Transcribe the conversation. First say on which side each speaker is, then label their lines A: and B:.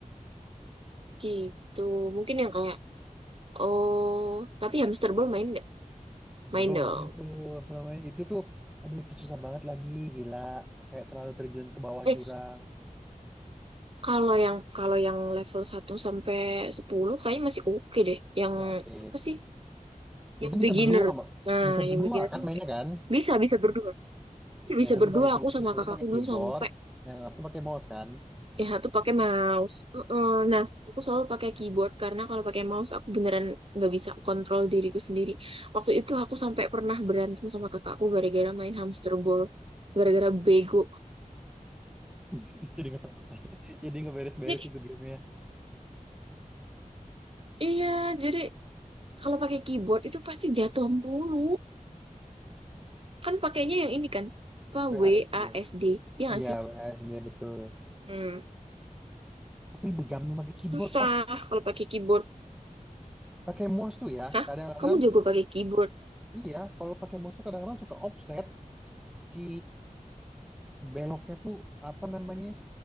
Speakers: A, on the right (about 40°); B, in the centre.
A: gitu. Mungkin yang kayak oh, tapi hamster ball main nggak? Main
B: Suruh
A: dong.
B: main tuh, suruh main. Itu tuh, aduh itu susah banget lagi, gila. Kayak selalu terjun ke bawah
A: Eh,
B: jurang.
A: Kalau yang kalau yang level satu sampai 10 kayaknya masih oke deh. Yang
B: Masih oke.
A: apa sih?
B: Itu
A: Yang
B: bisa
A: beginner.
B: berdua, Mbak.
A: Nah,
B: bisa berdua
A: yang beginner
B: kan
A: tuh
B: mainnya
A: masih oke.
B: kan?
A: Bisa bisa berdua. Iya, Bisa
B: Yang satu
A: berdua
B: pakai key-
A: aku sama
B: yang satu
A: kakakku
B: pakai
A: dulu
B: keyboard,
A: sampai
B: yang satu pakai mouse kan?
A: yang satu pakai mouse. Heeh. Nah, aku selalu pakai keyboard karena kalau pakai mouse aku beneran nggak bisa kontrol diriku sendiri. Waktu itu aku sampai pernah berantem sama kakakku gara-gara main hamster ball, gara-gara bego.
B: <laughs> Jadi nggak tahu. <laughs> Jadi nggak beres-beres
A: Jadi,
B: itu gamenya.
A: iya, jadi kalau pakai keyboard itu pasti jatuh mulu. Kan pakainya yang ini kan, apa
B: WASD.
A: W A S D ya nggak
B: Iya,
A: sih?
B: WASD betul.
A: Hmm.
B: Tapi lebih gampang pakai keyboard.
A: Susah
B: Ah,
A: kalau pakai keyboard.
B: pakai mouse tuh ya.
A: Hah?
B: Kadang-kadang
A: Kamu jago pakai keyboard,
B: Iya, kalau pakai musuh kadang-kadang suka offset si beloknya tuh apa namanya